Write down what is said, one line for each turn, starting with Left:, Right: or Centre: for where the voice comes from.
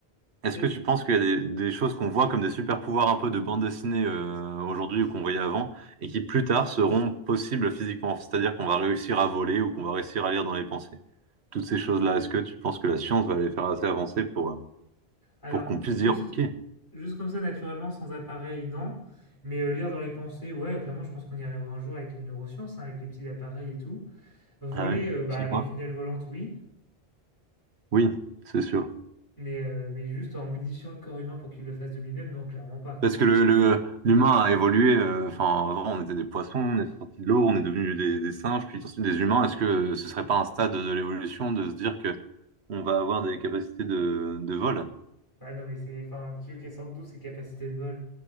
Right: est-ce
Left: Vas-y.
Right: que tu penses qu'il y a des, des choses qu'on voit comme des super pouvoirs un peu de bande dessinée euh, aujourd'hui ou qu'on voyait avant et qui plus tard seront possibles physiquement? C'est-à-dire qu'on va réussir à voler ou qu'on va réussir à lire dans les pensées? toutes ces choses-là. Est-ce que tu penses que la science va les faire assez avancer pour, euh,
Left: Alors,
Right: pour qu'on puisse
Left: juste,
Right: dire, OK,
Left: juste comme ça, naturellement, sans appareil, non. Mais euh, lire dans les pensées, ouais, clairement, je pense qu'on y arrivera un jour avec les neurosciences, hein, avec les petits appareils et tout. Voler,
Right: ah ouais,
Left: euh, bah,
Right: tu
Left: avec
Right: y crois?
Left: une aile volante, oui.
Right: Oui, c'est sûr.
Left: Mais, euh, mais juste en modifiant le corps humain pour qu'il le fasse de lui-même, non, clairement pas.
Right: Parce que le, le- l'humain a évolué. euh, Enfin, avant, on était des poissons, on est sorti de l'eau, on est devenu des, des singes, puis ensuite des humains. Est-ce que ce serait pas un stade de l'évolution de se dire que on va avoir des capacités de, de vol?
Left: Ah non, mais c'est. Enfin, tu veux qu'elle sorte d'où ses capacités de vol?